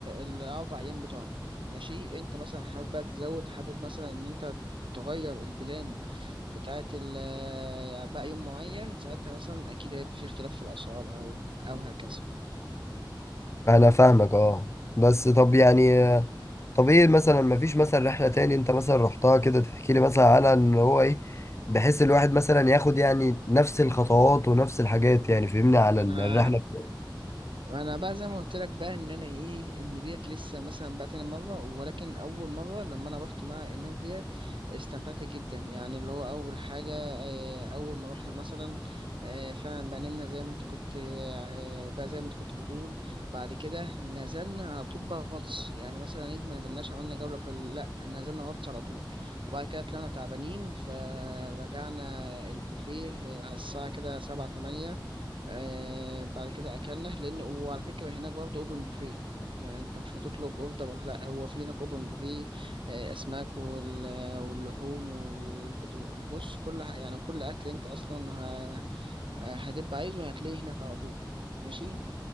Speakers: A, on the right; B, on the left.
A: الأربع أيام بتوعنا ماشي أنت مثلا حابب بقى تزود حابب مثلا إن أنت تغير البلان بتاعة ال- بقى يوم معين ساعتها مثلا أكيد هيبقى في اختلاف في الأسعار أو أو هكذا.
B: انا فاهمك اه بس طب يعني طب ايه مثلا ما فيش مثلا رحلة تاني انت مثلا رحتها كده تحكي لي مثلا عنها ان هو ايه بحيث الواحد مثلا ياخد يعني نفس الخطوات ونفس الحاجات يعني فهمني على
A: أنا
B: ال- الرحلة بتاعته
A: انا بقى زي ما قلت لك بقى ان انا ايه ان ديت لسه مثلا بقى تاني مره ولكن اول مره لما انا رحت مع الناس ديت استمتعت جدا يعني اللي هو اول حاجه آه، اول ما رحنا مثلا آه، فعلا بقى نمنا زي ما انت كنت آه، بقى زي ما انت كنت بتقول بعد كده نزلنا على طول بقى غطس يعني مثلا ايه ما نزلناش عملنا جوله في ال- لا نزلنا غطس على طول وبعد كده طلعنا تعبانين فرجعنا البوفيه آه، على الساعه كده سبعة تمانية آه بعد كده اكلنا لان وعلى فكره هناك برضه اوبن بوفيه يعني انت مش هتطلب اوردر ولا لا هو في هناك اوبن بوفيه آه اسماك وال... واللحوم والخضروات بص كل ح- يعني كل اكل انت اصلا ه... هتبقى عايزه هتلاقيه هناك على طول ماشي